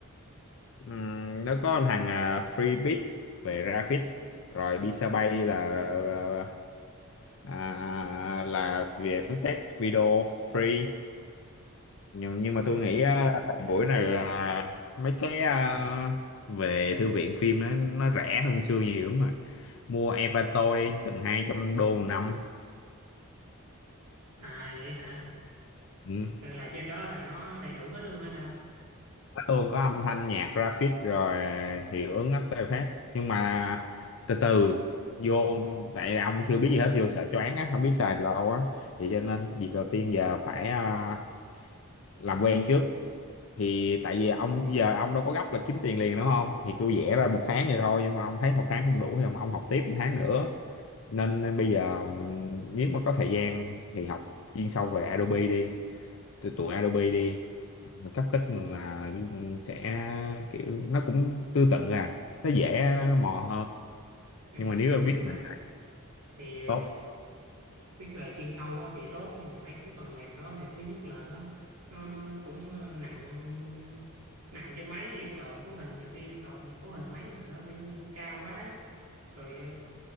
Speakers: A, on the left; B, on the right.
A: Ừm, nó có thằng uh, Freebit về graphic rồi Pixabay là là ờ, à, là về footage video free nhưng, nhưng mà
B: ừ
A: tôi nghĩ ờ, thời buổi này à, mấy cái à, về thư viện phim nó nó rẻ hơn xưa nhiều lắm mà mua Envato đi chừng 200 đô một năm
B: à vậy hả
A: ừ.
B: Ờ, là trên đó là nó đầy đủ hết luôn hay sao
A: nó luôn có âm thanh nhạc graphic rồi hiệu ứng after effect nhưng mà từ từ vô tại ông chưa biết gì hết vô sợ choáng á không biết xài từ đâu á thì cho nên việc đầu tiên giờ phải à, làm quen trước thì tại vì ông giờ ông đâu có gấp là kiếm tiền liền đúng không thì tôi vẽ ra một tháng vậy thôi nhưng mà ông thấy một tháng không đủ thì ông học tiếp một tháng nữa nên bây giờ ừm, nếu mà có thời gian thì học chuyên sâu về Adobe đi từ tụi Adobe đi cấp kích là sẽ kiểu nó cũng tương tự à nó dễ
B: ừ,
A: mò hơn
B: ừ
A: nhưng mà nếu
B: nhưng
A: mà biết
B: mà
A: là
B: thì ờ,
A: tốt
B: biết là chuyên sâu á thì tốt nhưng mà mấy cái phần mềm đó thì thứ nhất là nó nó nó nó cũng ờ, nặng nặng trên máy yêu cầu cấu hình nhiều khi yêu cầu cấu hình máy mình nó phải, phải cao quá rồi ờ,